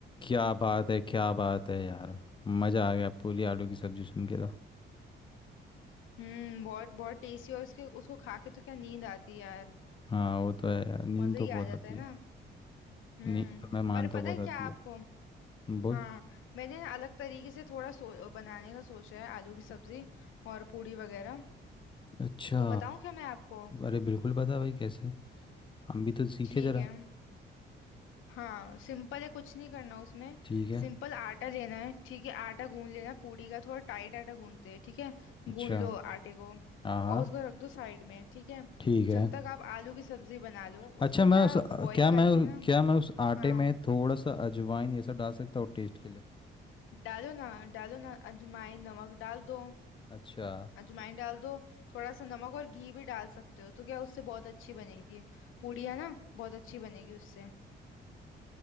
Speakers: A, on the left; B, on the left.
A: क्या बात है क्या
B: पू-
A: बात है यार मज़ा आ गया पूरी आलू की सब्जी सुन के तो
B: हम्म बहुत बहुत टेस्टी और उसके उसको खा के तो क्या नींद आती है यार
A: हाँ वो तो है यार नींद
B: मजा
A: तो
B: ही
A: बहुत
B: आ जाता
A: आती
B: है
A: है
B: ना हम्म
A: नहीं तो मैं मानता
B: पर पता
A: हूँ बताती
B: है क्या आपको
A: है बोल
B: हाँ मैंने ना अलग तरीके से थोड़ा सो, बनाने का सोचा है आलू की सब्जी और पूड़ी वगैरह
A: अच्छा
B: तो बताऊं क्या मैं आपको
A: अरे बिल्कुल बता भाई कैसे हम भी तो सीखे
B: ठीक
A: जरा
B: है हाँ सिंपल है कुछ नहीं करना उसमें
A: ठीक है
B: सिंपल आटा लेना है ठीक है आटा गूंद लेना पूड़ी का थोड़ा टाइट आटा गूंदते हैं ठीक है
A: अच्छा
B: गूंद लो आटे को
A: हाँ हाँ
B: और उसको रख दो साइड में ठीक है
A: ठीक है
B: जब तक आप आलू की सब्जी बना लो उसको
A: अच्छा मैं
B: क्या
A: उस
B: बॉईल
A: क्या मैं
B: करके ना
A: क्या मैं उस आटे
B: हाँ
A: में थोड़ा सा अजवाइन ये सब डाल सकता हूँ टेस्ट के लिए
B: डालो ना डालो ना अजवाइन नमक डाल दो
A: अच्छा
B: अजवाइन डाल दो थोड़ा सा नमक और घी भी डाल सकते हो तो क्या उससे बहुत अच्छी बनेगी पूड़ी है ना बहुत अच्छी बनेगी उससे